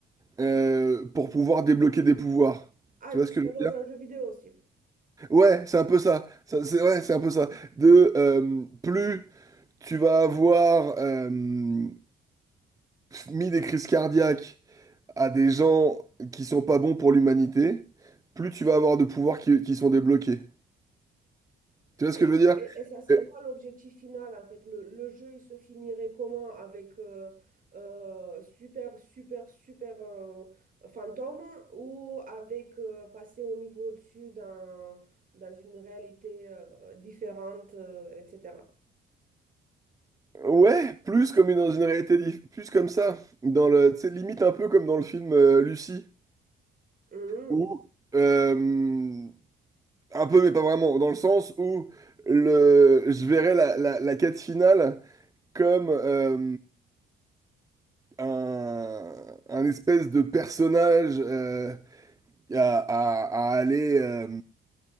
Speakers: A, on the right; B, on the right.
A: euh, pour pouvoir débloquer des pouvoirs.
B: Ah,
A: Tu
B: tu
A: vois ce
B: serais
A: que je veux
B: dans
A: dire?
B: un jeu vidéo aussi.
A: Ouais, c'est un peu ça. Ça, c'est ouais, c'est un peu ça. De euh, plus tu vas avoir euh, mis des crises cardiaques à des gens qui sont pas bons pour l'humanité, plus tu vas avoir de pouvoirs qui, qui sont débloqués. Tu vois
B: Et,
A: ce que je veux dire?
B: et- et ça serait
A: Euh,
B: quoi l'objectif final en fait? Le, le jeu, il se finirait comment? Avec euh, euh, super, super, super euh, fantôme ou avec euh, passer au niveau au-dessus dans, dans une réalité euh, différente, euh, etc.
A: ouais, plus comme une, dans une réalité, dif- plus comme ça, dans le, tu sais, limite un peu comme dans le film euh, Lucie,
B: Mhm.
A: où euh, un peu mais pas vraiment, dans le sens où le, je verrais la, la, la quête finale comme euh, un, un espèce de personnage euh, à, à, à aller euh,